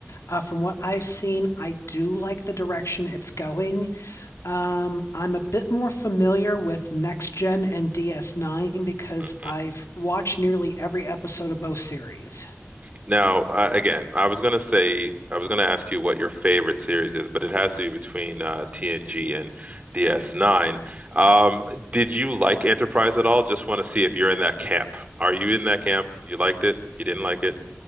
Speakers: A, on the left; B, on the right.
A: uh, from what I've seen, I do like the direction it's going. Um, I'm a bit more familiar with Next Gen and DS9 because
B: Mhm.
A: I've watched nearly every episode of both series.
B: Now, uh, again, I was gonna say I was gonna ask you what your favorite series is, but it has to be between uh, TNG and DS9. Um, did you like Enterprise at all? Just want to see if you're in that camp. Are you in that camp? You liked it? You didn't like